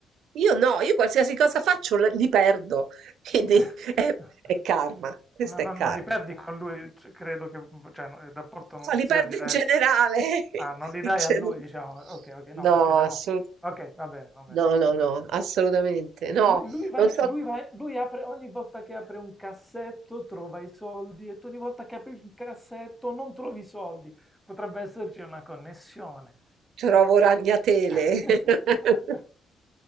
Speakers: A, on the right (about 75°); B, in the centre.
A: Io no, io qualsiasi cosa faccio l- li perdo. <laughs> Quindi
B: Beh,
A: è,
B: <laughs>
A: è karma, questo
B: no no
A: è karma.
B: non li perdi con lui, c credo che v cioè, no il rapporto non
A: Ma li
B: sia
A: perdo
B: dire
A: in generale. <laughs>
B: ah, non li dai
A: in gener-
B: a lui diciamo, okay, okay, no,
A: No,
B: perché se no
A: assolut-
B: okay, va bene, va bene,
A: no,
B: no.
A: no,
B: <laughs>
A: no, assolutamente. No,
B: Lui lui va
A: non so.
B: lui va lui apre ogni volta che apre un cassetto trova i soldi e tu ogni volta che apri un cassetto non trovi i soldi. Potrebbe esserci una connessione.
A: Trovo ragnatele
B: <laughs>
A: <laughs>